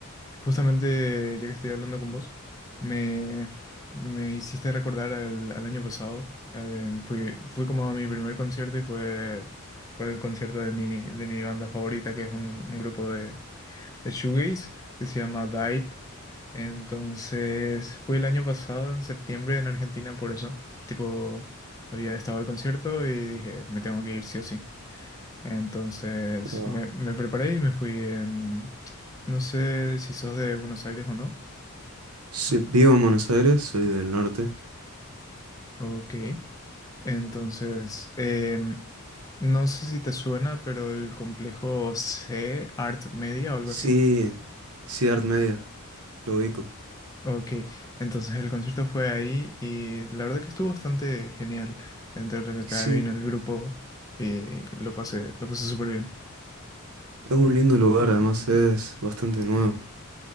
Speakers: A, on the left; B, on the right.
A: justamente ya que estoy hablando con vos, me, me hiciste recordar al, al año pasado. Eh, fui, fui como a mi primer concierto y fue, fue el concierto de mi, de mi banda favorita, que es un, un grupo de, de shoegaze que se llama Dive. Entonces, fui el año pasado, en septiembre, en Argentina, por eso. Tipo, había estado al concierto y dije, me tengo que ir sí o sí. Entonces,
B: Wow.
A: me, me preparé y me fui en... No sé si sos de Buenos Aires o no.
B: sí, vivo en Buenos Aires, soy del norte.
A: Ok. Entonces, em, no sé si te suena, pero el complejo C, Art Media o algo
B: Sí,
A: así.
B: sí, Art Media, lo ubico.
A: Ok, entonces el concierto fue ahí y la verdad que estuvo bastante genial. Entre lo que acá
B: Sí,
A: vino el grupo y lo pasé, lo pasé súper bien.
B: es un lindo lugar, además es bastante nuevo.